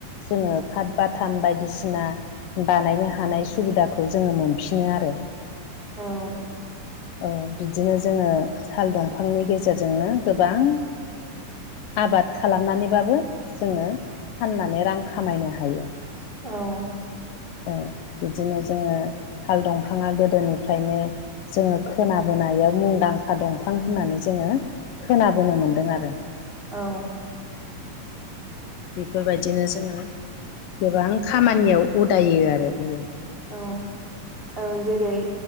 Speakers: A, on the left (about 85°); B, on the right (about 15°).
A: जोङो खााद बाथाम बायदिसिना बानायनो हानाय सुबिदाखौ जोङो मोनफिनो आरो
B: औ
A: औ बिदिनो जोङो साल दंफांनि गेजेरजोंनो गोबां आबाद खालामनानैबाबो जोङो फाननानै रां खामायनो हायो
B: औ
A: औ बिदिनो जोङो साल दंफाङा गोदोनिफ्रायनो जोङो खोनाबोनायाव मुंदांखा दंफां होननानै जोङो खोनाबोनो मोनदों आरो
B: औ
A: बेफोरबायदिनो जोङो गोबां खामानियाव उदायो आरो बियो
B: औ औ जेरै